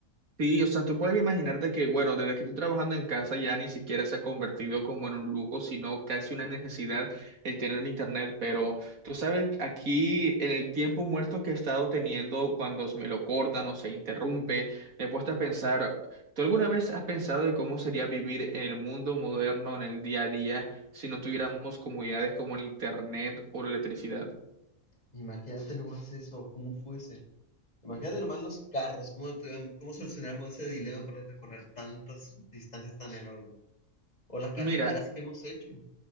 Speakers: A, on the right (about 80°); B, on the left (about 30°).
A: Sí, o sea, tú puedes imaginarte que, bueno, desde que estoy trabajando en casa ya ni siquiera se ha convertido como en un lujo, sino casi una necesidad el tener internet. Pero tú sabes, aquí en el tiempo muerto que he estado teniendo, cuando me lo cortan o se interrumpe, me he puesto a pensar, ¿tú alguna vez has pensado de cómo sería vivir en el mundo moderno, en el día a día, si no tuviéramos comodidades como el internet o la electricidad?
B: Imagínate nomás eso, cómo fuese. Imagínate nomás los carros, cómo, tuvieron- cómo solucionamos ese dilema para recorrer tantas distancias tan enormes. O las carreteras
A: Mira,
B: que hemos hecho.